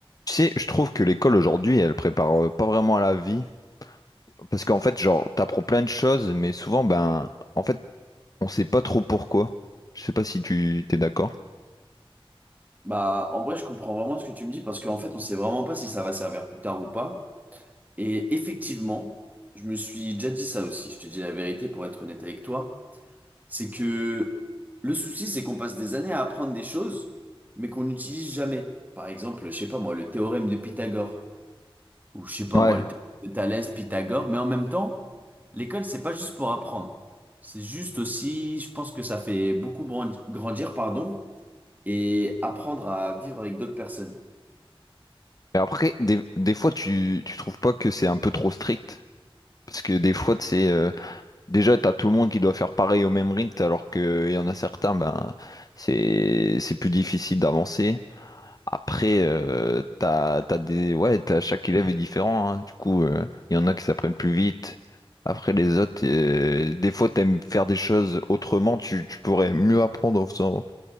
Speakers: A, on the left (about 40°); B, on the right (about 15°).
A: Tu sais, je trouve que l'école aujourd'hui, elle prépare euh, pas vraiment à la vie. Parce qu'en fait, genre, t'apprends plein de choses, mais souvent, ben, en fait, on sait pas trop pourquoi. Je sais pas si tu t'es d'accord.
B: Bah, en vrai, je comprends vraiment ce que tu me dis parce qu'en fait, on sait vraiment pas si ça va servir plus tard ou pas. Et effectivement, je me suis déjà dit ça aussi. Je te dis la vérité pour être honnête avec toi. C'est que le souci, c'est qu'on passe des années à apprendre des choses, mais qu'on n'utilise jamais. Par exemple, je sais pas moi, le théorème de Pythagore. Ou je sais pas
A: Ouais.
B: moi, le théorème de Thalès, Pythagore. Mais en même temps, l'école, c'est pas juste pour apprendre. C'est juste aussi, je pense que ça fait beaucoup brandi- grandir, pardon, et apprendre à vivre avec d'autres personnes.
A: Et après, des, des fois, tu, tu trouves pas que c'est un peu trop strict? Parce que des fois, c'est déjà, t'as tout le monde qui doit faire pareil au même rythme, alors qu'il y en a certains, ben, c'est, c'est plus difficile d'avancer. Après, euh, t'as, t'as des, ouais, t'as, chaque élève est différent. hein. Du coup, euh, il y en a qui s'apprennent plus vite. Après, les autres, euh, des fois, t'aimes faire des choses autrement. Tu, tu pourrais mieux apprendre en faisant